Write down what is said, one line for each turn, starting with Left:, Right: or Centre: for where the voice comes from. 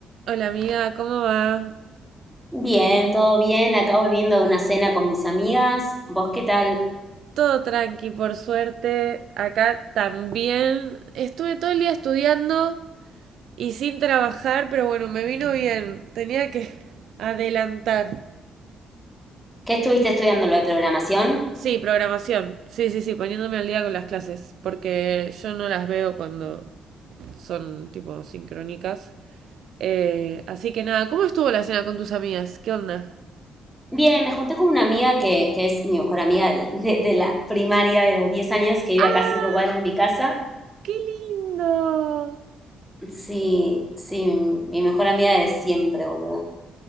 Right: Hola amiga, ¿cómo va?
Centre: Bien, todo bien. Acá volviendo de una cena con mis amigas. ¿Vos qué tal?
Right: Todo tranqui, por suerte. Acá también. Estuve todo el día estudiando y sin trabajar, pero bueno, me vino bien. Tenía que adelantar.
Centre: ¿Qué estuviste estudiando lo de programación?
Right: Sí, programación. Sí, sí, sí, poniéndome al día con las clases, porque yo no las veo cuando son tipo sincrónicas. Eh, así que nada, ¿cómo estuvo la cena con tus amigas? ¿Qué onda?
Centre: Bien, me junté con una amiga que, que es mi mejor amiga de, de- de la primaria de los 10 años, que vive
Right: ¡Ay,
Centre: acá a cinco cuadras de mi casa.
Right: qué lindo!
Centre: Sí, sí, mi, mi mejor amiga de siempre, boludo.